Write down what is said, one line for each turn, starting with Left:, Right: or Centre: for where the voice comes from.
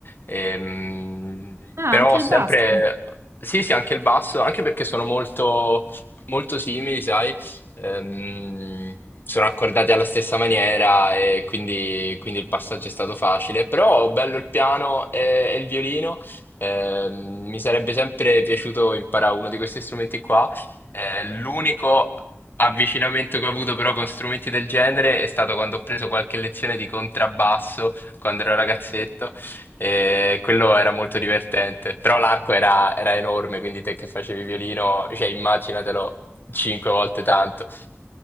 Left: Ehm,
Right: Ah,
Left: però
Right: anche
Left: sempre,
Right: il basso.
Left: sì, sì, anche il basso, anche perché sono molto, molto simili, sai, Ehm, sono accordati alla stessa maniera e quindi, quindi il passaggio è stato facile, però bello il piano e, e il violino, Ehm, mi sarebbe sempre piaciuto imparare uno di questi strumenti qua, Eh, l'unico avvicinamento che ho avuto però con strumenti del genere è stato quando ho preso qualche lezione di contrabbasso quando ero ragazzetto e quello era molto divertente. Però l'arco era, era enorme, quindi te che facevi violino, cioè immaginatelo cinque volte tanto.